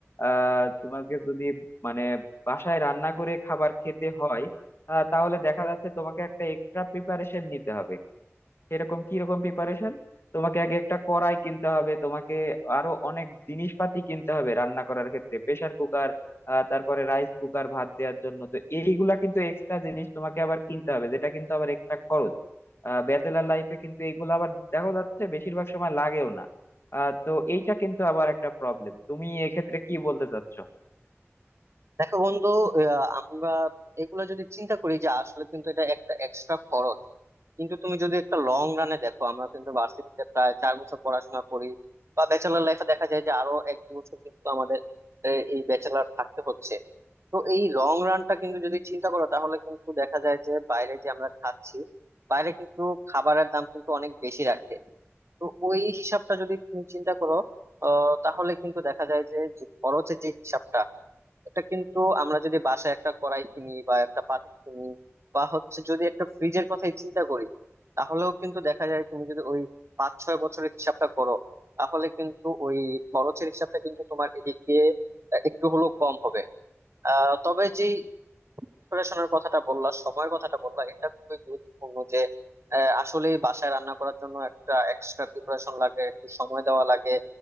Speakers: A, on the left; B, on the right.
A: আহ তোমাকে যদি মানে বাসায় রান্না করে খাবার খেতে হয় আহ, তাহলে দেখা যাচ্ছে তোমাকে একটা এক্সট্রা প্রিপারেশন নিতে হবে এরকম কি রকম প্রিপারেশন তোমাকে আগে একটা কড়াই কিনতে হবে তোমাকে আরো অনেক জিনিসপাতি কিনতে হবে রান্না করার ক্ষেত্রে প্রেসার কুকার তারপরে রাইস কুকার ভাত দেওয়ার জন্য তো এইগুলা কিন্তু এক্সট্রা জিনিস তোমাকে আবার কিনতে হবে যেটা কিন্তু আবার এক্সট্রা খরচ ব্যাচেলার লাইফে কিন্তু এগুলো আবার দেখা যাচ্ছে বেশিরভাগ সময় লাগেও না আহ, তো এইটা কিন্তু আবার একটা প্রবলেম তুমি এক্ষেত্রে কি বলতে চাচ্ছ
B: দেখো বন্ধু আহ, আমরা এগুলা যদি চিন্তা করি যে আসলে কিন্তু এটা একটা এক্সট্রা খরচ কিন্তু তুমি যদি একটা লং রানে দেখো আমরা কিন্তু ভার্সিটিতে প্রায় চার বছর পড়াশোনা করি বা ব্যাচেলার লাইফে দেখা যায় যে আরো এক দু বছর কিন্তু আমাদের আহ, এই ব্যাচেলার থাকতে হচ্ছে তো এই লং রানটা কিন্তু যদি চিন্তা করো তাহলে কিন্তু দেখা যায় যে বাইরে যে আমরা খাচ্ছি বাইরে কিন্তু খাবারের দাম কিন্তু অনেক বেশি রাখে তো ওই হিসাবটা যদি তুমি চিন্তা করো আহ, তাহলে কিন্তু দেখা যায় যে যে খরচের যে হিসাবটা এটা কিন্তু আমরা যদি বাসায় একটা কড়াই কিনি বা একটা পাতিল কিনি বা হচ্ছে যদি একটা ফ্রিজের কথাই চিন্তা করি তাহলেও কিন্তু দেখা যায় তুমি যদি ওই পাঁচ ছয় বছরের হিসাবটা করো তাহলে কিন্তু ওই খরচের হিসাবটা কিন্তু তোমার এদিক দিয়ে আহ, একটু হলেও কম হবে আহ তবে যে প্রিপারেশনের কথাটা বললা সময়ের কথাটা বললা এটা খুবই গুরুত্বপূর্ণ যে আহ, আসলে বাসায় রান্না করার জন্য একটা এক্সট্রা প্রিপারেশন লাগে একটু সময় দেওয়া লাগে